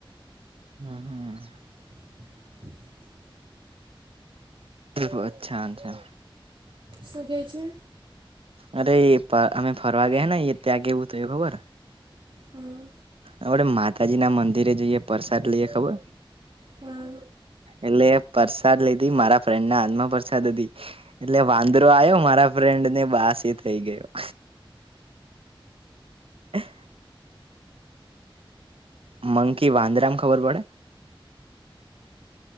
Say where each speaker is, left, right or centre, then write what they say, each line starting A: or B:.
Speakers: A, on the right; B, on the right.
A: હમ હમ.
B: <inaudible>
A: ચલો અચ્છા અચછા.
B: સુ કે છે.
A: અરે એ પા અમે ફરવા ગયા ને એ ત્યાં કેવું થયું ખબર.
B: હા.
A: આપડે માતાજી ના મંદિરે જઈએ પ્રસાદ લઈએ ખબર
B: હા
A: એટલે એ પરસાદ લીધી મારા ફ્રેન્ડ ના હાથ માં પરસાદ હતી. એટલે વાંદરો આયો મારા ફ્રેન્ડ ને બાસી થઈ ગયો. હ <inaudible> મંકી વાંદરામ ખબર પડે.